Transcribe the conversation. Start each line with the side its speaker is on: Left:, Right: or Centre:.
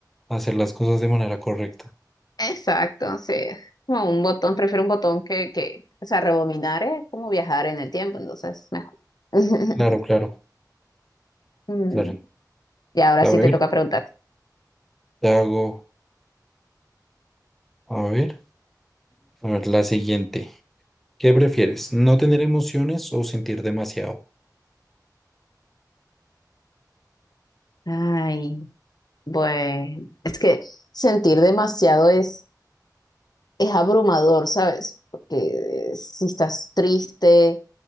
Centre: hacer las cosas de manera correcta.
Left: Exacto, sí. Como un botón, prefiero un botón que, que, o sea, rebobinar es como viajar en el tiempo, entonces mejor. <laughs>
Centre: Claro, claro,
Left: Mm,
Centre: claro.
Left: Y ahora
Centre: A
Left: sí
Centre: ver,
Left: te toca preguntar.
Centre: te hago, a ver, a ver, la siguiente. ¿Qué prefieres? ¿No tener emociones o sentir demasiado?
Left: Ay. Bueno, es que sentir demasiado es, es abrumador, ¿sabes? Porque si estás triste